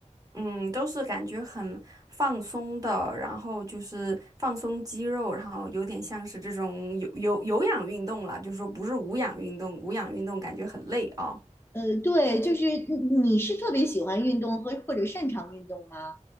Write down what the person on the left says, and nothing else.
呃，对，就是你你是特别喜欢运动和或者擅长运动吗？